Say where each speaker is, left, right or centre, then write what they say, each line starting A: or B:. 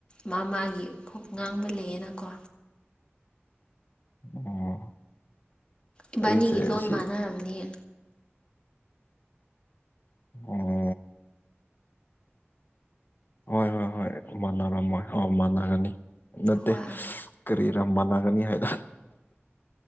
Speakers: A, on the left; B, on the left.
A: ꯃꯥ ꯃꯥꯒꯤ ꯈ ꯉꯥꯡꯕ ꯂꯩꯌꯦꯅꯀꯣ
B: ꯑꯣ
A: ꯏꯕꯥꯅꯤꯒꯤ
B: ꯑꯩꯁꯦ
A: ꯂꯣꯟ
B: ꯑꯁꯤ
A: ꯃꯥꯟꯅꯔꯝꯅꯤ
B: ꯎꯝ ꯍꯣꯏ ꯍꯣꯏ ꯍꯣꯏ ꯃꯥꯟꯅꯔꯝꯃꯣꯏ ꯑ ꯃꯥꯟꯅꯒꯅꯤ ꯅꯠꯇꯦ
A: ꯍꯣꯏ
B: ꯀꯔꯤꯔꯝ ꯃꯥꯟꯅꯒꯅꯤ ꯍꯥꯏꯅ